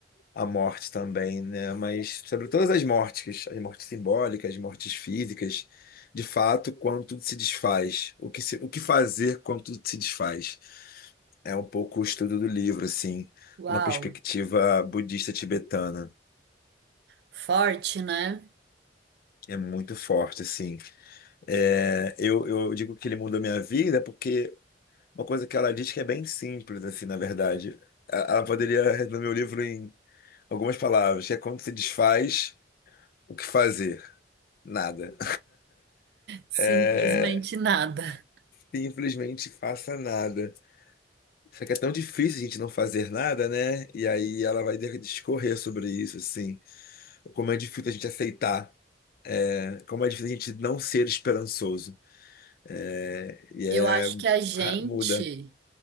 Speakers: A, on the left (about 55°); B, on the right (about 65°).
A: a morte também, né? Mas sobre todas as mortes, as mortes simbólicas, as mortes físicas, de fato, quando tudo se desfaz, o que se- o que fazer quando tudo se desfaz? É um pouco o estudo do livro, assim,
B: Uau!
A: uma perspectiva budista tibetana.
B: Forte, né?
A: É muito forte, assim. É, eu, eu digo que ele mudou minha vida porque uma coisa que ela diz que é bem simples, assim, na verdade. Ela ela poderia resumir o livro em algumas palavras, que é quando se desfaz, o que fazer? Nada.
B: Simplesmente
A: é,
B: nada.
A: simplesmente faça nada. Só que é tão difícil a gente não fazer nada, né? E aí ela vai ter que discorrer sobre isso, assim. Como é difícil a gente aceitar, né? Como é difícil a gente não ser esperançoso. É, e é.
B: Eu acho que a gente
A: ra- Muda.